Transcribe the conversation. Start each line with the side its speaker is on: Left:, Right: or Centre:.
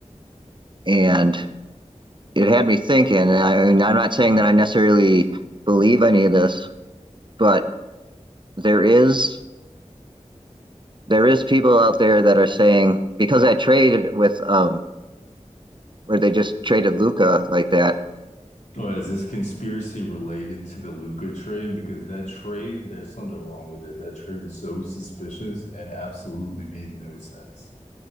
Right: and it had me thinking. And I, and I'm not saying that I necessarily believe any of this, but there is there is people out there that are saying because I traded with um where they just traded Luca like that.
Left: Or is this conspiracy related to the Luca trade? Because that trade, there's something wrong with it. That trade was so suspicious and absolutely made no sense.